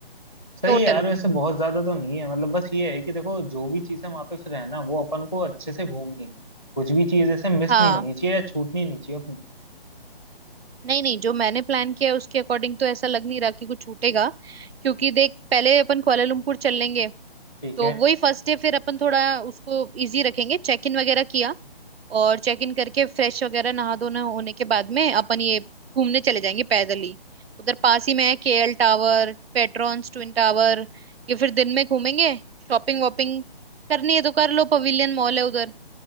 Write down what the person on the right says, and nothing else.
टोटल
हाँ
नहीं नहीं जो मैंने प्लान किया है उसके अकॉर्डिंग तो ऐसा लग नहीं रहा कि कुछ छूटेगा क्योंकि देख पहले अपन कुआलालंपुर चल लेंगे
तो
वही फर्स्ट डे फिर अपन थोड़ा उसको इजी रखेंगे चेक इन वगैरह किया और चेक इन करके फ्रेश वगैरह नहा धोना होने के बाद में अपन ये घूमने चले जाएंगे पैदल ही उधर पास ही में है KL tower Petronas twin tower ये फिर दिन में घूमेंगे शॉपिंग वॉपिंग करनी है तो कर लो पवेलियन मॉल है उधर